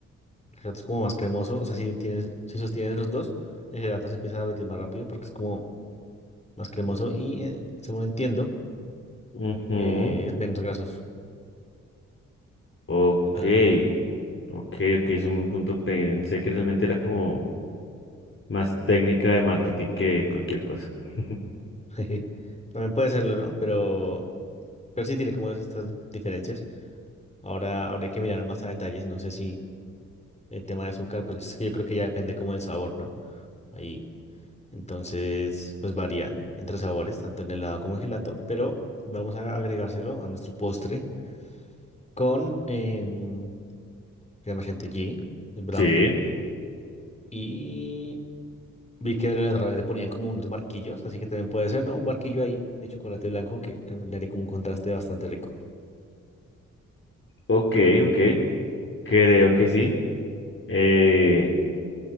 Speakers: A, on the left (about 20°); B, on the left (about 40°).
A: El gelato es como más cremoso. O sea, si tienes, si sostienes los dos, el gelato se empieza a derretir más rápido porque es como más cremoso y, eh, según entiendo,
B: Ujú,
A: eh, es menos grasoso.
B: Ok,
A: Ah,
B: ok, ok, es un punto, pensé que realmente era como más técnica de marketing que cualquier cosa. <laughs>
A: <laughs> jeje. También puede serlo, ¿no? Pero... Pero sí tiene como estas diferencias. Ahora habría que mirar más a detalles. No sé si el tema de azúcar, pues es que yo creo que ya depende como del sabor, ¿no? Ahí. Entonces, pues varía entre sabores, tanto en helado como en gelato. Pero vamos a agregárselo a nuestro postre con em, crema chantilly, el brownie.
B: Sí.
A: Y vi que a través le ponían como unos barquillos, así que también puede ser, ¿no? Un barquillo ahí de chocolate blanco que, que le daría como un contraste bastante rico.
B: Ok, ok, creo que sí. Eh,